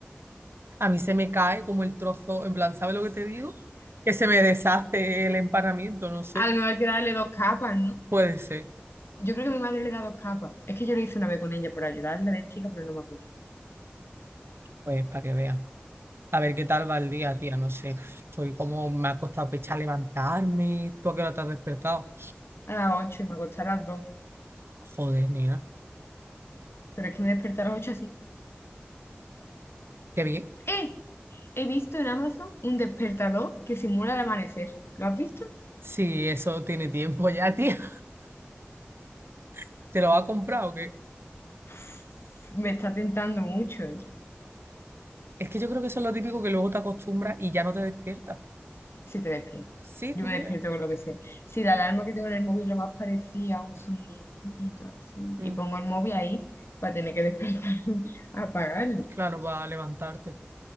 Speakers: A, on the right; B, on the left.
A: A mí se me cae como el trozo. En plan, ¿sabes lo que te digo? Que se me deshace el empanamiento, no sé.
B: a lo mejor hay que darle dos capas, ¿no?
A: Puede ser.
B: Yo creo que mi madre le da dos capas. Es que yo lo hice una vez con ella por ayudarla de chica, pero no me acuerdo.
A: Pues para que veas. A ver qué tal va el día, tía. No sé. Estoy como me ha costado pecha levantarme. ¿Tú a qué hora te has despertado?
B: A las ocho y me acosté a las dos.
A: Joder, nena.
B: Pero es que me desperté a las ocho así.
A: Qué bien.
B: ¡Eh! He visto en Amazon un despertador que simula el amanecer. ¿Lo has visto?
A: Sí, eso tiene tiempo ya, tía. <laughs> ¿Te lo ha comprado o qué?
B: Uf, Me está tentando mucho, ¿eh?
A: Es que yo creo que eso es lo típico que luego te acostumbras y ya no te despiertas.
B: Si te despiertas.
A: ¿Sí,
B: Yo
A: tú
B: me
A: crees?
B: despierto con lo que sea. Si la alarma que tengo en el móvil lo más parecía a un sonidito así,
A: Mm,
B: y pongo el móvil ahí para tener que despertarme <laughs> a apagarlo.
A: claro, para levantarte.